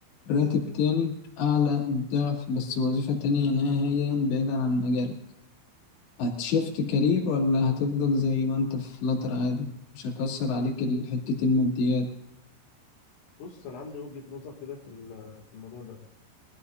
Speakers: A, on the left (about 65°); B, on the left (about 80°).
A: راتب تاني اعلى ضعف بس وظيفة تانية نهائيا بعيدا عن مجالك هتشفت كارير ولا هتفضل زي ما انت في القطر عادي مش هتأثر عليك ال- حتة الماديات
B: بص انا عندي وجهة نظر كده في ال- في الموضوع ده